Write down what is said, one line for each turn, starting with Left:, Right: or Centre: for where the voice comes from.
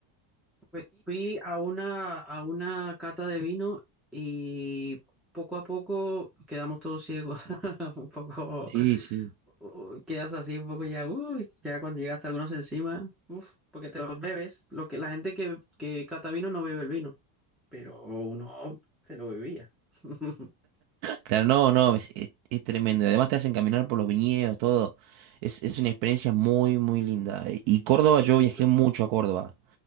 Centre: Pues sí, fui a una, a una cata de vino y poco a poco quedamos todos ciegos. <laughs> Un poco,
Right: Sí, sí.
Centre: uh, quedas así un poco ya, uy, ya cuando llegaste a algunos encima, uf, porque te los bebes. Lo que, la gente que, que cata vino no bebe el vino pero uno se lo bebía. <laughs>
Right: Claro, no, no, es, es- es tremendo. Además te hacen caminar por los viñedos, todo. Es, es una experiencia muy, muy linda. Y Córdoba,
Centre: Muy bonita.
Right: yo viajé mucho a Córdoba.